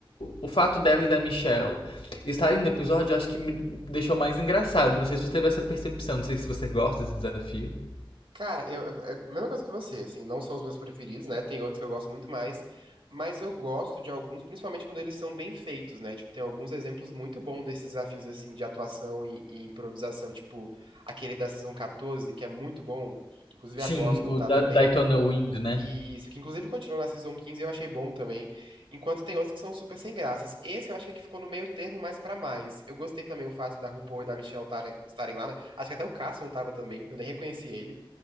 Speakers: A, on the left (about 80°); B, on the right (about 70°).
A: o fato dela e da Michelle estarem no episódio, eu acho que me deixou mais engraçado. Não sei se você teve essa percepção, não sei se você gosta desse desafio.
B: Cara, eu, eu- é a mesma coisa que você, assim, não são os meus preferidos, né? Tem outros que eu gosto muito mais, mas eu gosto de alguns, principalmente quando eles são bem feitos, né? Tipo, tem alguns exemplos muito bons desses desafios, assim, de atuação e, e improvisação, tipo, aquele da Season 14, que é muito bom, inclusive
A: Sim,
B: a Bosco
A: o
B: tá
A: da
B: também,
A: Daytona Wind, né?
B: e isso que inclusive continuou na Season quinze eu achei bom também, enquanto tem outros que são super sem graças. Esse eu achei que ficou no meio termo mais pra mais. Eu gostei também o fato da RuPaul e da Michelle tarem- estarem lá, né? Acho que até o Carson tava também, eu nem reconheci ele.